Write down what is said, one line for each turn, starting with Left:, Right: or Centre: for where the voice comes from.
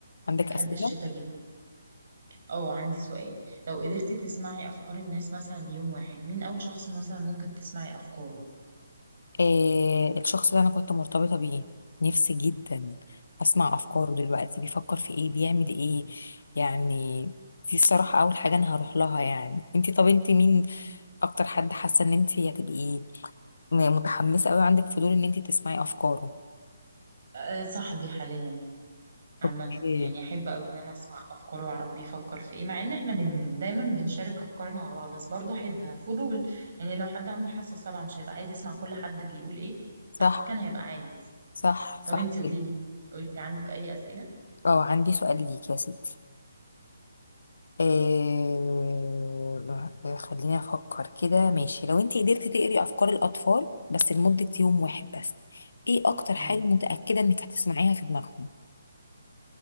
Left: عندك
Right: بحب
Left: اسئله
Right: الشتاء جدا اه عندي سؤال لو قدرتي تسمعي افكار الناس مثلا ليوم واحد مين اول شخص مثلا ممكن تسمعي افكاره
Left: آه الشخص اللي انا كنت مرتبطة بيه نفسي جدا اسمع افكاره دلوقتي بيفكر في ايه بيعمل ايه يعني دي الصراحة اول حاجة انا هروح لها يعني انتي طب انتي مين اكتر حد حاسة ان انتي هتبقي م- متحمسة قوي عندك فضول ان انتي تسمعي افكاره
Right: أه صاحبي حاليا عامة
Left: اوكي
Right: يعني أحب أوي إن أنا أسمع أفكاره وأعرف بيفكر في إيه مع إن إحنا بن... دايما بنشارك أفكارنا مع بعض بس برضه أحب فضول يعني لو حد عنده الحاسة السابعة مش هيبقى عايز يسمع كل حد بيقول إيه
Left: صح
Right: أكيد كان هيبقى عايز
Left: صح
Right: طب
Left: صح
Right: أنتي قوليلي
Left: كده.
Right: قوليلي عندك أي أسئلة
Left: اه عندي سؤال ليك يا ستي آه، آه، خليني افكر كده ماشي لو انت قدرتي تقري افكار الاطفال بس لمدة يوم واحد بس ايه اكتر حاجة
Right: مم.
Left: متأكدة انك هتسمعيها في دماغهم